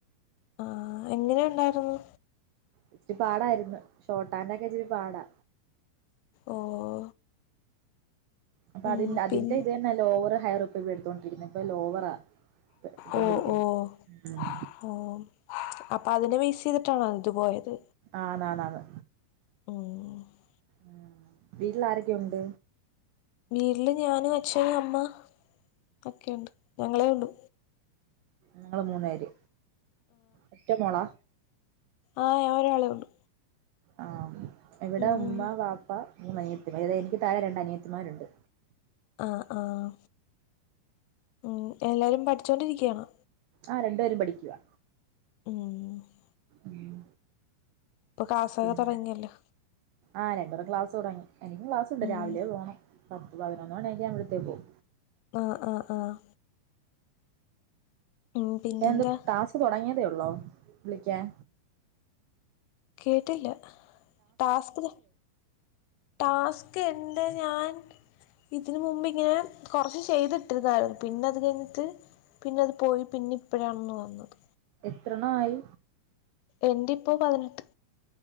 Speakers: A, on the left (about 85°); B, on the right (about 85°).
A: ആ എങ്ങനെ ഉണ്ടായിരുന്നു.
B: ഇച്ചിരി പാടായിരുന്നു ഷോർട്ടാന്റെ ഒക്കെ ഇച്ചിരി പാടാ
A: ഓഹ്
B: അപ്പൊ
A: ഉം
B: അതി അതിന്റെ
A: പിൻ
B: ഇത് തന്നെ ലോവറ് ഹയർ ഇപ്പ ഇ എടുത്തോൊണ്ടിരിക്കുന്നത് ഇപ്പൊ ലോവറാ. എടുത്തോണ്ടിരിക്കുന്നെ
A: ഓഹ് ഓഹ്
B: ഉം
A: ആഹ് അപ്പൊ അതിനെ വേസ് ചെയ്തിട്ടാണോ അതു പോയത്
B: ആണ ണ്ത്
A: ഉം
B: ഉമ് വീട്ടിൽ ആരൊക്കെയ ഉണ്ട്
A: വീട്ടില് ഞാനും, അച്ഛനും, അമ്മ, ഒക്കെുണ്ട് ഞങ്ങളെ ഉള്ളു.
B: ഞങ്ങള് മൂന്നേര് ഒറ്റ മോളാ
A: ആഹ് ഞാൻ ഒരാളെ ഉള്ളു
B: ആഹ് ഇവിടെ
A: ഉം
B: ഉമ്മ, പാപ്പ മൂന്ന് അനിയത്തിമാര് എനിക്ക് തഴെ രണ്ട് അനിയത്തിമാരുണ്ട്
A: ആഹ് ആഹ് ഉം എല്ലാരും പഠിച്ചോണ്ടിരിക്കാണോ?
B: ആഹ് രണ്ടു പേരും പഠിക്കുവാ.
A: ഉം
B: ഉം.
A: ഇപ്പൊ ക്ലാസ്സൊക്കെ
B: പിന്നെ
A: തുടങ്ങിയല്ലോ
B: ആഹ് രണ്ട്പേരും ക്ലാസ് തുടങ്ങി എനിക്കും ക്ലാസ്ണ്ട്
A: ഉം
B: രാവിലെ പോണം. പത്ത് പതിനൊന്ന് മണിയൊക്കെ ആവുമ്പോത്തേക്കും.
A: ആഹ് ആഹ് ആഹ് ഉം പിന്നെന്താ
B: ന്ത് ട്ടാസ്ക് തൊടങ്ങിയതേ ഒള്ളാേ വിളിക്കാൻ
A: കേട്ടില്ല ടാസ്ക് ത് ടാസ്ക് എന്ത് ഞാൻ. ഇതിന് മുമ്പ് ഇങ്ങനെ കൊറച്ച് ചെയ്തിട്ട് ന്ന പിന്നെ അത് കയ്ഞ്ഞിട്ട് പിന്നെ അത് പോയി പിന്നെ ഇപ്പഴാണെന്ന് വന്നത്
B: എത്രെണ്ണായ്?
A: എന്റിപ്പം പതിനെട്ട്